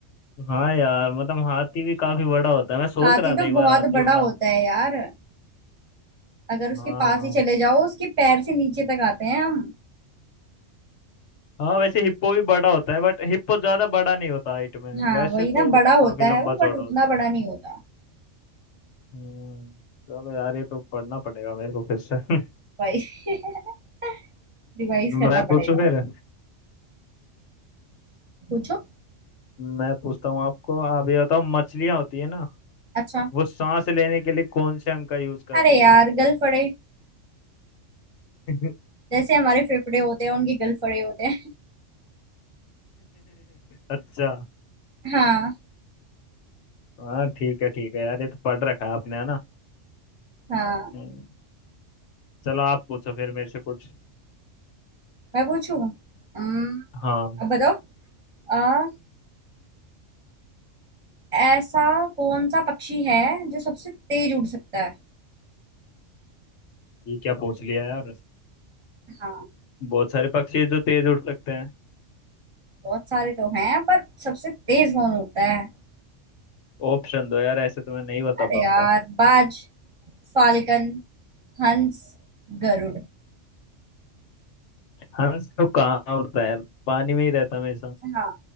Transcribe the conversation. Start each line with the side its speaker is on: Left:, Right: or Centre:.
Left: हाँ यार मतलब हाथी भी काफी बड़ा होता है मैं सोच
Right: हाथी
Left: रहा था
Right: तो
Left: एक
Right: बहुत
Left: बार हाथी
Right: बड़ा
Left: होगा
Right: होता है यार अगर उसके
Left: हाँ
Right: पास ही चले जाओ उसके पैर से नीचे तक आते हैं हम
Left: हाँ वैसे हिप्पो भी बड़ा होता है बट हिप्पो ज्यादा बड़ा नहीं होता हाइट में
Right: हाँ
Left: वैसे
Right: वही
Left: तो
Right: ना बड़ा होता
Left: काफी
Right: है
Left: लंबा
Right: वो बट
Left: चौड़ा
Right: उतना
Left: होता
Right: बड़ा
Left: है
Right: नहीं होता
Left: हम्म, चलो यार ये तो पढ़ना पड़ेगा मेरे को फिर से <laughs>
Right: भाई <laughs> रिवाइज
Left: मैं
Right: करना
Left: पूछूं
Right: पड़ेगा
Left: फिर
Right: पूछो
Left: मैं पूछता हूँ आपको आप ये बताओ मछलियां होती है ना
Right: अच्छा
Left: वो सांस लेने के लिए कौन से अंग का यूज करती
Right: अरे यार
Left: है
Right: गलफड़े
Left: <laughs>
Right: जैसे हमारे फेफड़े होते हैं उनके गलफड़े होते हैं
Left: अच्छा
Right: <laughs> हाँ
Left: हाँ ठीक है ठीक है यार ये तो पढ़ रखा है आपने है ना
Right: हाँ
Left: हम्म, चलो आप पूछो फिर मेरे से कुछ
Right: मैं पूछूं अम्म,
Left: हाँ
Right: अब बताओ आ, ऐसा कौन सा पक्षी है जो सबसे तेज उड़ सकता है
Left: ये क्या पूछ लिया यार
Right: हाँ
Left: बहुत सारे पक्षी हैं जो तेज उड़ सकते हैं
Right: बहुत सारे तो हैं पर सबसे तेज कौन उड़ता है
Left: ऑप्शन दो यार ऐसे तो मैं नहीं बता
Right: अरे
Left: पाऊंगा
Right: यार बाज फाल्कन हंस गरुड़
Left: हंस तो कहाँ उड़ता है यार पानी में ही रहता है हमेशा
Right: हाँ